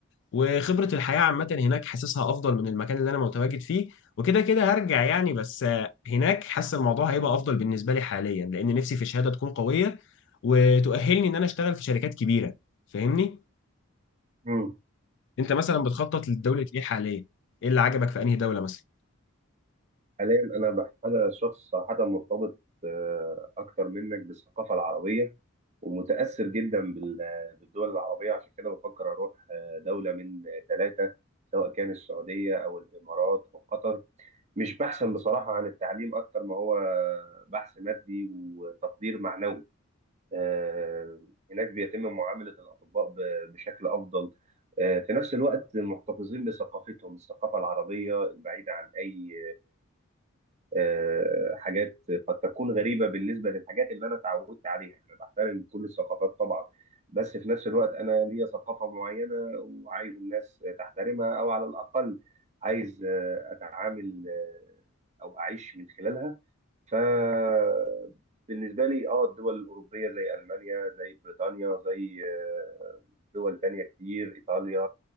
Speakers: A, on the left; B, on the right.
A: وخبرة الحياة عامة هناك حاسسها أفضل من المكان اللي أنا متواجد فيه وكده كده هرجع يعني بس آه، هناك حاسس الموضوع هيبقى أفضل بالنسبة لي حاليا لأن نفسي في شهادة تكون قوية وتؤهلني إن أنا أشتغل في شركات كبيرة فاهمني؟
B: مم.
A: أنت مثلا بتخطط لدولة إيه حاليا؟ إيه اللي عجبك في أنهي دولة مثلا؟
B: حاليا انا بح... انا شخص صراحه مرتبط آه، اكتر منك بالثقافه العربيه ومتاثر جدا بال... بالدول العربيه عشان كده بفكر اروح آه، دوله من ثلاثه سواء كان السعوديه او الامارات او قطر مش بحثا بصراحه عن التعليم اكتر ما هو بحث مادي وتقدير معنوي آه، هناك بيتم معامله الاطباء ب- بشكل افضل آه، في نفس الوقت محتفظين بثقافتهم الثقافة العربية البعيدة عن أي آه، حاجات قد تكون غريبة بالنسبة للحاجات اللي أنا اتعودت عليها أنا بحترم كل الثقافات طبعا بس في نفس الوقت أنا ليا ثقافة معينة وعايز الناس تحترمها أو على الأقل عايز آه، أتعامل آه، أو أعيش من خلالها فبالنسبة لي اه الدول الأوروبية زي ألمانيا زي بريطانيا زي آه، دول تانية كتير إيطاليا